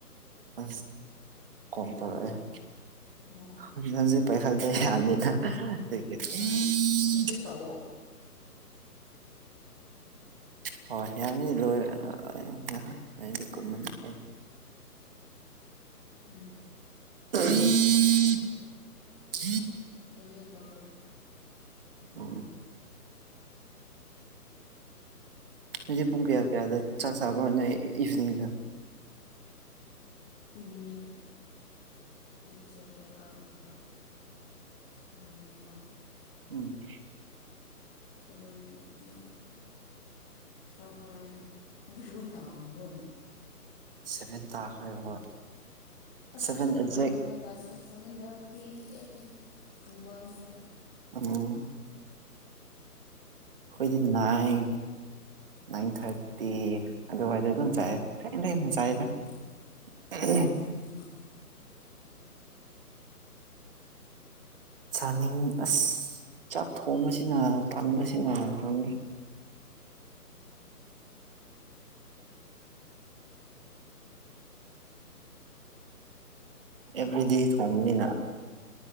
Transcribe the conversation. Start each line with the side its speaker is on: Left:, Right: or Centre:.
Right: ꯑꯁ ꯀꯣꯜ ꯇꯧꯔꯛ
Centre: ꯑꯣ ꯑꯣ
Right: ꯑꯦ <unintelligible>
Centre: ꯍꯣꯏ ꯃꯦꯁꯦꯁ ꯇꯧꯋꯣ
Right: ꯍꯣꯏ ꯌꯥꯔꯅꯤ ꯂꯣꯏꯔꯒ ꯍꯣꯔꯦꯟꯅ ꯅꯪꯗꯤ
Centre: ꯎꯝ
Right: ꯀꯨꯝꯃꯨꯅꯦꯍꯦ
Centre: ꯎꯝ ꯎꯝ ꯎꯝ
Right: <unintelligible>
Centre: ꯂꯣꯏꯒꯗꯧꯔꯦ
Right: ꯎꯝ ꯅꯪꯗꯤ ꯄꯨꯡ ꯀꯌꯥ ꯀꯌꯥꯗ ꯆꯥꯛ ꯆꯥꯕ ꯅꯣꯏ ꯏꯚꯅꯤꯡꯗ
Centre: ꯏꯚꯅꯤꯡ ꯆꯦꯛ ꯆꯦꯛ ꯀꯌꯥ ꯇꯧꯔꯕ ꯕ꯭ꯔ ꯁꯕꯦꯟꯅꯤꯀꯣ
Right: ꯎꯝ
Centre: ꯁꯋꯦꯟ ꯑꯦ ꯁꯋꯦꯟ ꯍꯨꯖꯤꯛ ꯁꯋꯦꯟ ꯇꯥꯒ꯭ꯔꯕ꯭ꯔꯣꯅꯦ
Right: ꯁꯚꯦꯟ ꯇꯥꯈ꯭ꯔꯦꯕ
Centre: ꯑꯁ
Right: ꯁꯚꯦꯟ ꯑꯦꯛꯖꯦꯛ
Centre: ꯒ꯭ꯌꯥꯟ ꯃꯦꯟ ꯇꯥꯗꯦꯗ ꯁꯚꯦꯟ ꯊꯥꯔꯇꯤ ꯑꯦꯠꯀꯨꯝꯕ ꯑꯗꯨꯝ ꯆꯥꯥꯏ
Right: ꯑꯣ ꯑꯩꯈꯣꯏꯗꯤ ꯅꯥꯏꯟ ꯅꯥꯏꯟ ꯊꯥꯔꯇꯤ ꯑꯗꯨꯋꯥꯏꯗ ꯑꯗꯨꯝ ꯆꯥꯏꯌꯦ
Centre: ꯎꯝ
Right: <unintelligible>
Centre: ꯎꯝ
Right: ꯆꯥꯅꯤꯡ ꯑꯁ ꯆꯥꯛ ꯊꯣꯡꯕꯁꯤꯅ ꯇꯟꯕꯁꯤꯅ ꯈꯪꯗꯦ ꯑꯦꯕ꯭ꯔꯤꯗꯦ ꯊꯣꯡꯕꯅꯤꯅ